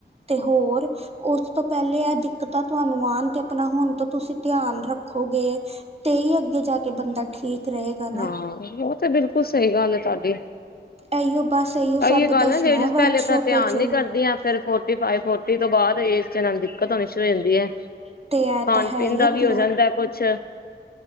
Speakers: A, on the right; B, on the left.
A: ਤੇ ਹੋਰ ਉਸ ਤੋਂ ਪਹਿਲੇ ਇਹ ਦਿੱਕਤਾਂ ਤੁਹਾਨੂੰ ਆਉਣ ਤੇ ਆਪਣਾ ਹੁਣ ਤੋ ਤੁਸੀਂ ਧਿਆਨ ਰੱਖੋਗੇ। ਤੇ ਹੀ ਅੱਗੇ ਜਾ ਕੇ ਬੰਦਾ ਠੀਕ ਰਹੇਗਾ ਨਾ
B: ਹਾਂ ਉਹ ਤੇ ਬਿਲਕੁਲ ਸਹੀ ਗੱਲ ਏ, ਤੁਹਾਡੀ
A: ਇਹੀਓ ਬਸ ਇਹੀਓ
B: ਆਹੀਏ
A: ਸਭ
B: ਗੱਲ
A: ਦੱਸਣਾ
B: ਆ ਲੇਡੀਜ਼
A: ਵਰਕਸ਼ਾਪ
B: ਪਹਿਲੇ ਆਪਣਾ ਧਿਆਨ
A: ਵਿੱਚ ਹੁਣ
B: ਨੀ ਕਰਦੀਆਂ ਫਿਰ ਫੋਰਟੀ ਫਾਈਵ ਫੋਰਟੀ ਤੋਂ ਬਾਅਦ ਏਜ ਫੇਰ ਦਿੱਕਤ ਹੋਣੀ ਸ਼ੁਰੂ ਹੋ ਜਾਂਦੀ ਐ। ਖਾਣ
A: ਅਤੇ ਇਹ ਤਾਂ ਹੈ
B: ਪੀਣ
A: ਹੀ
B: ਦਾ
A: ਆਪਣਾ
B: ਵੀ ਹੋ ਜਾਂਦਾ ਕੁਛ